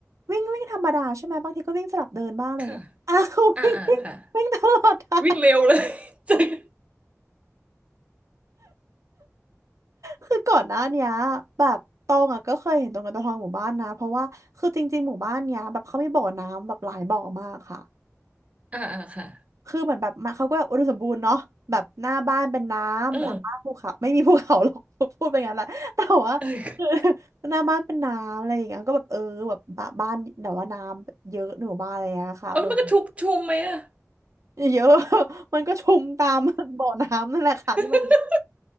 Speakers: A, on the right; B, on the right.
A: วิ่งวิ่งธรรมดาใช่ไหมบางทีก็วิ่งสลับเดินบ้างอะไรอย่างเงี้ย
B: ค่ะ
A: <laughs> อ้าววิ่ง
B: อ่าอ่าค่ะ
A: <laughs> วิ่งวิ่งตลอดทาง
B: วิ่งเร็วเลยจริง
A: คือก่อนหน้าเนี้ยแบบตองอะก็เคยเห็นตรงกันตะทองหมู่บ้านนะเพราะว่าคือจริงๆหมู่บ้านเนี้ยแบบเขามีบ่อน้ำแบบหลายบ่อมากค่ะ
B: อ่าอ่าค่ะ
A: คือเหมือนแบบมาเขาก็แบบอุดมสมบูรณ์เนาะแบบหน้าบ้านเป็นน้ำหลังบ้านภูเขาไม่มีภูเขาหรอก
B: เออ
A: <laughs> พูดไปงั้นแหละแต่ว่าคือ
B: เออ
A: <laughs> หน้าบ้านเป็นน้ำอะไรอย่างเงี้ยก็แบบเออแบบบ้าบ้านแต่ว่าน้ำเยอะหนูบ้านอะไรอย่างเงี้ยค่ะอุดม
B: เอาแล้วมันก็ชุกชุมไหมอะ
A: เยอะ <laughs> มันก็ชุมตาม <laughs> บ่อน้ำนั่นแหละค่ะที่มันมี
B: <laughs>